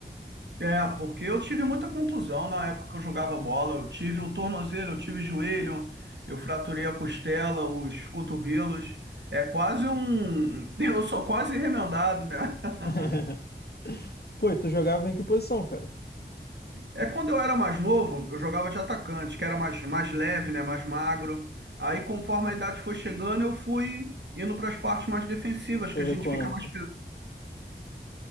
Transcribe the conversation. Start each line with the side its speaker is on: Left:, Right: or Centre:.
Right: É, porque eu tive muita contusão na época que eu jogava bola. Eu tive o tornozelo, eu tive joelho, eu fraturei a costela, os cotovelos. É quase um. <laughs> Eu sou quase remendado, né?
Left: <laughs>
Right: <laughs>
Left: Pô, e tu jogava em que posição, cara?
Right: É, quando eu era mais novo, eu jogava de atacante, que era mais, mais leve, né, mais magro. Aí, conforme a idade foi chegando, eu fui indo para as partes mais defensivas,
Left: Foi
Right: que a
Left: recuando.
Right: gente fica mais
Left: pô.